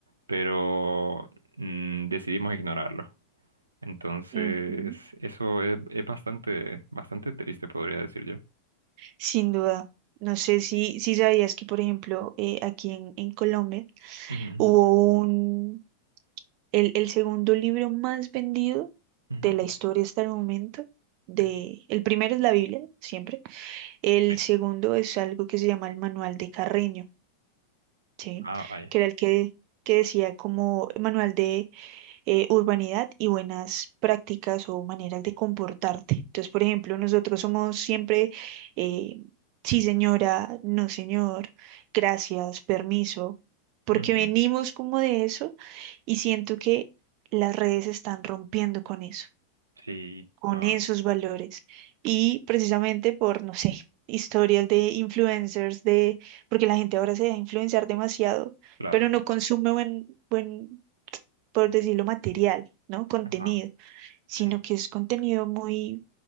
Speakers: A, on the right; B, on the right.
A: pero mm, decidimos ignorarlo. Entonces,
B: Ujú,
A: eso es, es bastante, bastante triste, podría decir yo.
B: Sin duda. No sé si, si sabías que, por ejemplo, eh, aquí en, en Colombia
A: Ujú,
B: hubo un, el, el segundo libro más vendido
A: ujú,
B: de la historia hasta el momento. De,
A: ujú.
B: el primero es la Biblia, siempre El
A: Sí,
B: segundo es algo que se llama el manual de Carreño, ¿sí?
A: Ah, vaya.
B: Que era el que, que decía como manual de eh, urbanidad y buenas prácticas o maneras de comportarte. Entonces, por ejemplo, nosotros somos siempre, eh, sí señora, no señor, gracias, permiso, porque
A: Ujú.
B: venimos como de eso y siento que las redes están rompiendo con eso
A: Sí,
B: con
A: no,
B: esos valores. Y precisamente por, no sé, historias de influencers, de, porque la gente ahora se deja influenciar demasiado,
A: claro.
B: pero no consume buen, buen, por decirlo, material, ¿no? Contenido,
A: ajá,
B: sino
A: sí,
B: que es contenido muy,